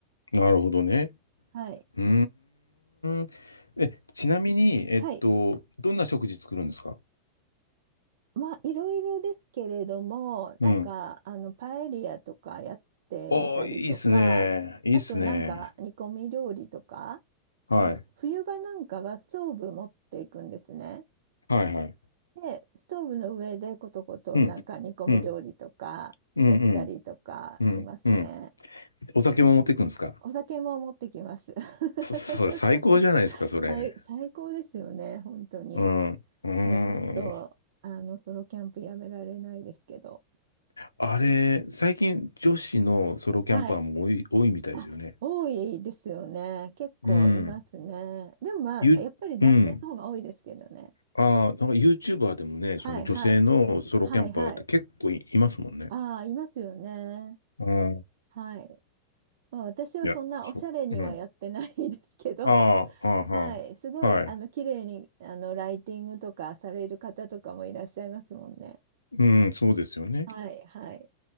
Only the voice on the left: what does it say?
なるほどね。
うーん。え、ちなみに、えっと、
どんな食事作るんですか
うん。おー、いいっすね。いいっすね。
はい、
はい、はい。
うん、うん、うん、うん、うん、うん。お酒も持っていくんですか
そ、<laughs> それ最高じゃないですか、それ。
うん。うー
ん。
あれ、最近女子のソロキャンパーも多い、
多いみたいですよね。
うん。
ゆ、
うん。ああ、なんか YouTuber でもね、
その女性のソロキャンパーって結構い、
いますもんね。
うん。い
や、そう。うん。ああ、
ああ、はあはい。
うん、そうですよね。